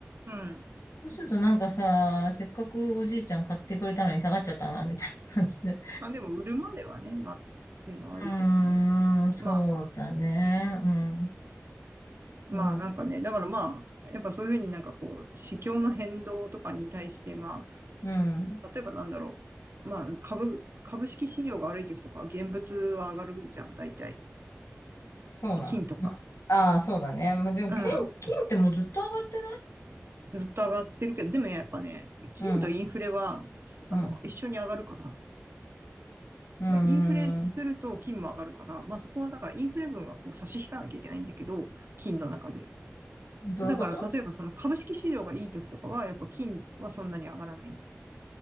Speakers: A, on the right; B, on the left.
A: うん。
B: そうするとなんかさ、せっかくおじいちゃん買ってくれたのに下がっちゃったな、みたいな感じで。
A: まあ、でも、売るまではね、まあ、っていうのはあるけどね。
B: うーん、そうだね。
A: まあ
B: うん。
A: まあなんかね、
B: なん
A: だからまあ、やっぱそういうふうになんかこう、市況の変動とかに対して、まあ、
B: うん。
A: そ例えばなんだろう、まあ株、株式市場が悪い時とかは現物は上がるじゃん、大体。
B: そうなん。
A: 金とか。
B: うんああ、そうだね。まあ、でも、
A: うん。
B: 金、金ってもうずっと上がって
A: ずっと上がってるけど、でもやっぱね、金とインフレは、
B: ない
A: すあの、
B: うん、
A: 一緒に上がるから、
B: うん。
A: でインフレすると金も上がるから、
B: うーん。
A: まあそこはだからインフレ分はこう差し引かなきゃいけないんだけど、金の中で。
B: どういうこと
A: だから例えばその株式市場がいい時とかは、やっぱ金はそんなに上がらないんだ